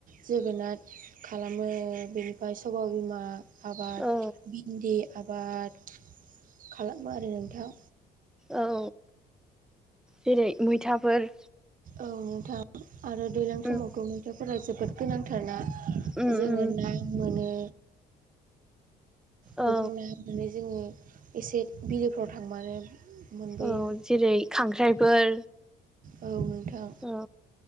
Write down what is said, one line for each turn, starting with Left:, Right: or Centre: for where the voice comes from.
Right: जोगोनाथ खालामो बेनिफ्राय सबाइ बिमा आबाद
Centre: औ
Right: भिन्दि आबाद खालामो आरो नोंथां।
Centre: औ। जेरै मैथाफोर
Right: औ नोंथां आरो दैज्लां समावथ
Centre: उम
Right: मैथाफोरा जोबोद गोनांथारना
Centre: उम
Right: जोङो
Centre: उम
Right: ना मोनो। गोबां
Centre: औ
Right: ना मोनो जोङो एसे बिलोफ्राव थांबानो मोनबोयो
Centre: औ जेरै खांख्राइफोर।
Right: औ नोंथां
Centre: औ